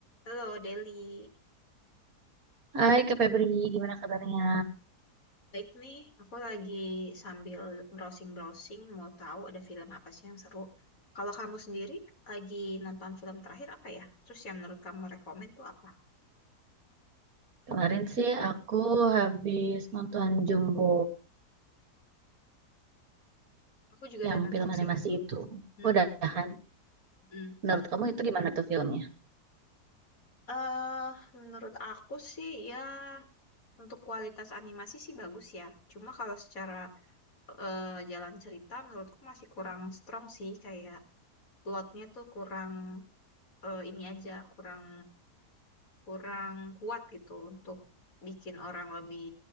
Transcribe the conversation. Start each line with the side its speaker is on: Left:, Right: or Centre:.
Left: Halo Deli,
Right: Hai Kak Febri, gimana kabarnya?
Left: baik nih. Aku lagi sambil browsing-browsing mau tahu ada film apa sih yang seru. Kalau kamu sendiri lagi nonton film terakhir apa ya? Terus yang menurut kamu rekomen tuh apa?
Right: Kemarin sih aku habis nonton Jumbo
Left: Aku juga udah
Right: yang
Left: nonton
Right: film
Left: sih
Right: animasi
Left: itu.
Right: itu.
Left: Mm-mm,
Right: Udah kan?
Left: mm.
Right: Menurut kamu itu gimana tuh filmnya?
Left: Eh, menurut aku sih ya untuk kualitas animasi sih bagus ya. Cuma kalau secara eh, jalan cerita menurutku masih kurang strong sih kayak plotnya tuh kurang eh, ini aja kurang kurang kuat gitu untuk bikin orang lebih